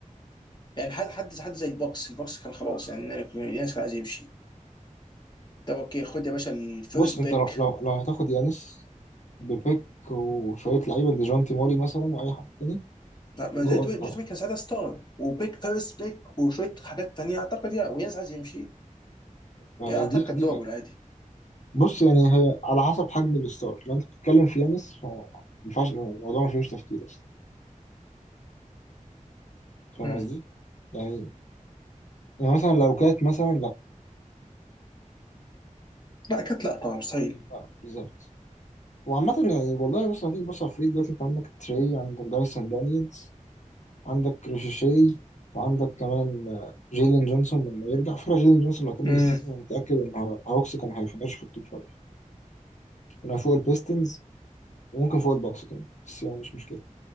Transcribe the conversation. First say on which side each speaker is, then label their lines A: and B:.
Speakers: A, on the left; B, on the left.
A: يعني حد حد حد زي البوكس البوكس كان خلاص يعني يانس كان عايز يمشي طب اوكي خد يا باشا الفيرست
B: بص انت
A: بيك
B: لو لو لو هتاخد يانس ببيك وشويه لعيبه ديجونتي موري مثلا واي حد تاني
A: ما ما
B: جو
A: جوت
B: اون
A: جوت
B: طبعا
A: مين كان ساعتها ستار وبيك فيرست بيك وشويه حاجات تانيه اعتقد يا ويانس عايز يمشي
B: يعني
A: يا اعتقد
B: دي
A: كانت
B: دي
A: دوبل عادي
B: بص يعني هي على حسب حجم الستار لو انت بتتكلم في يانس فما ينفعش الموضوع ما فيهوش تفكير اصلا فاهم
A: مم.
B: قصدي؟ يعني يعني مثلا لو كانت مثلا لا
A: لا كانت لا طبعا مستحيل
B: آه بالظبط وعامة يعني والله بص هتيجي بص على الفريق دلوقتي انت عندك تري عندك دايسون دانييلز عندك ريشيشي وعندك كمان آه، جيلين جونسون لما يرجع على فكرة جيلين جونسون لو كمل
A: مم.
B: السيزون انا متأكد ان هو- هوكس كان هيفنش في التوب فايف كان فوق البيستنز وممكن فوق الباكس كمان بس يعني مش مشكلة